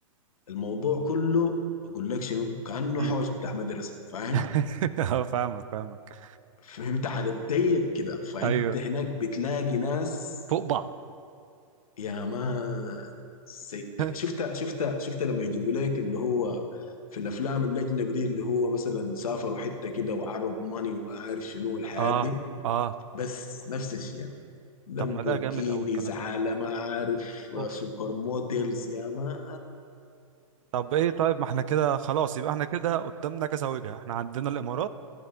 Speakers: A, on the left; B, on the right.
A: الموضوع كله اقول لك شنو كأنه
B: امم
A: حوش بتاع مدرسة فاهم
B: <laughs> اه فاهمك فاهمك
A: فهمت على الضيق كده فانت
B: ايوه
A: هناك بتلاقي ناس
B: فوق بعض
A: يا مان سي... ك-
B: <laughs>
A: شفتها شفتها شفتها لما يجيبوا لك اللي هو في الافلام الاجنبي دي اللي هو مثلا سافروا حته كده وعرب ماني وما عارف شنو الحياه
B: اه
A: دي
B: اه
A: بس نفس الشيء يعني. لامبورجينيز
B: طب ما ده جامد قوي الكلام
A: على
B: ده
A: ما عارف آه،
B: اوف
A: سوبر موديلز يا مان
B: طب ايه طيب ما احنا كده خلاص يبقى احنا كده قدامنا كذا وجهة احنا عندنا الامارات